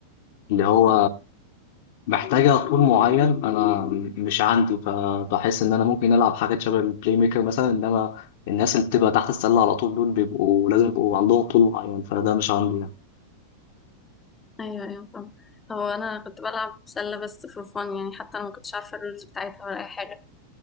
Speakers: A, on the left (about 50°); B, on the left (about 15°).
A: اللي هو محتاجة طول معين أنا مش عندي فبحس إن أنا ممكن ألعب حاجات شبه البلاي ميكر مثلا إنما الناس اللي بتبقى تحت السلة على طول دول بيبقوا لازم يبقوا عندهم طول معين فده مش عندي يعني
B: ايوه ايوه فاهم هو انا كنت بلعب سله بس فور فان يعني حتى انا ما كنتش عارفه الرولز بتاعتها ولا اي حاجه